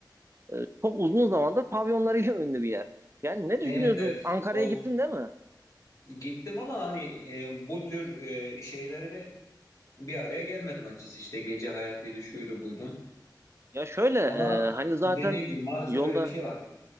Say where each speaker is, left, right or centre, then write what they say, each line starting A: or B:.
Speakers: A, on the right; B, on the left.
A: e, çok uzun zamandır pavyonlarıyla <laughs> ünlü bir yer. Yani ne
B: Evet,
A: düşünüyordun?
B: evet.
A: Ankara'ya
B: O
A: gittin değil mi?
B: gittim ama hani e, bu tür e, şeylerle bir araya gelmedim açıkçası. İşte gece hayatıydı, şuydu, buydu.
A: Ya şöyle
B: Ama
A: e, hani zaten
B: dediğin gibi maalesef
A: yolda
B: böyle bir şey var.